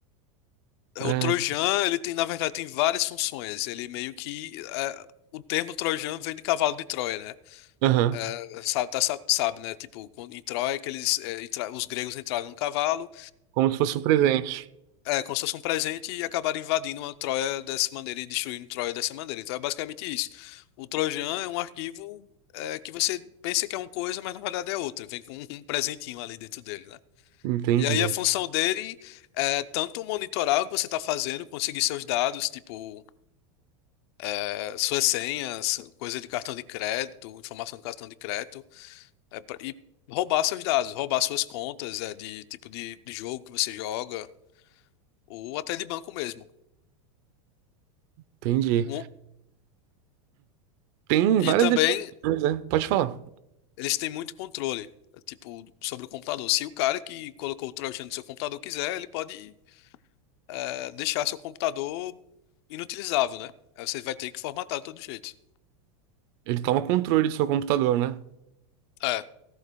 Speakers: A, on the left; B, on the right.
A: É,
B: É,
A: O Trojan, ele tem, na verdade, tem várias funções. Ele meio que. é, o termo Trojan vem de cavalo de Troia, né?
B: aham,
A: É, sabe, tá- sabe, sabe, né? Tipo, quando- em Troia, que eles, é, entra- os gregos entraram num cavalo.
B: como se fosse o presente.
A: É, como se fosse um presente e acabaram invadindo uma Troia dessa maneira e destruindo Troia dessa maneira. Então é basicamente isso. O Trojan é um arquivo é, que você pensa que é uma coisa, mas na verdade é outra. Vem com um <laughs> presentinho ali dentro dele, né?
B: Entendi,
A: E aí a função dele é tanto monitorar o que você está fazendo, conseguir seus dados, tipo é, suas senhas, coisa de cartão de crédito, informação do cartão de crédito, é, pra- e roubar seus dados, roubar suas contas é, de tipo de, de jogo que você joga, ou até de banco mesmo.
B: entendi.
A: Um-
B: Tem
A: e
B: várias
A: também
B: definições, né? Pode falar.
A: eles têm muito controle, tipo, sobre o computador. Se o cara que colocou o Trojan no seu computador quiser, ele pode eh, deixar seu computador inutilizável, né? Aí você vai ter que formatar de todo jeito.
B: Ele toma controle do seu computador, né?
A: É,